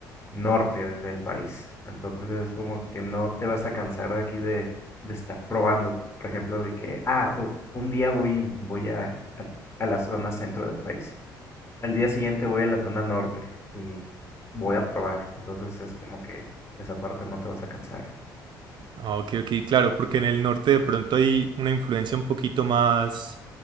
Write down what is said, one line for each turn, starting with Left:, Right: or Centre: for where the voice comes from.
Left: norte del país. Entonces es como que no te vas a cansar de aquí de, de estar probando, por ejemplo, de que, ah, o- un día voy, voy a, a a la zona centro del país al día siguiente voy a la zona norte y voy a probar. Entonces es como que esa parte no te vas a cansar.
Right: Ah, Ok, ok, claro, porque en el norte de pronto hay una influencia un poquito más